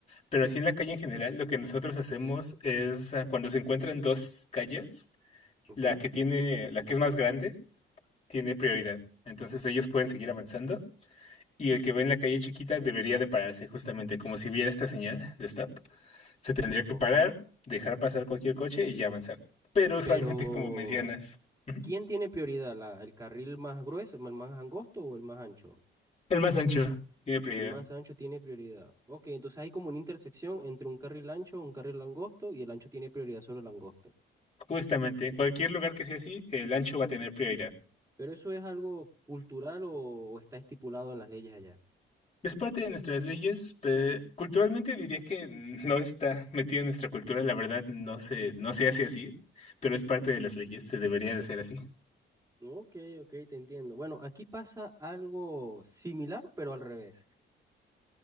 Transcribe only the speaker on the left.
pero así en la calle en general, lo que nosotros hacemos es ah, cuando se encuentran dos calles.
la que tiene, la que es más grande, tiene prioridad. Entonces ellos pueden seguir avanzando y el que ve en la calle chiquita debería de pararse justamente como si viera esta señal de stop. Se tendría que
parar, dejar pasar cualquier coche y ya avanzar. Pero usualmente,
<laughs> como mencionas, ujú,
el más ancho tiene prioridad.
Justamente, en cualquier lugar que sea así, el ancho va a tener prioridad.
Es parte de nuestras leyes, pero culturalmente diría que <laughs> no está metido en nuestra cultura, la verdad no se, no se hace así, pero es parte de las leyes, se debería de hacer así.